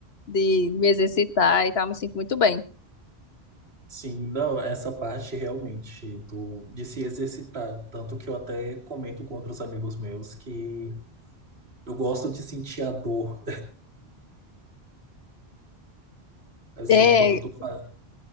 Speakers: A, on the left; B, on the right.
A: de me exercitar e tal, me sinto muito bem.
B: Sim, não, essa parte realmente do, de se exercitar. Tanto que eu até comento com outros amigos meus que eu gosto de sentir a dor, assim,
A: É,
B: quando eu tô, fa-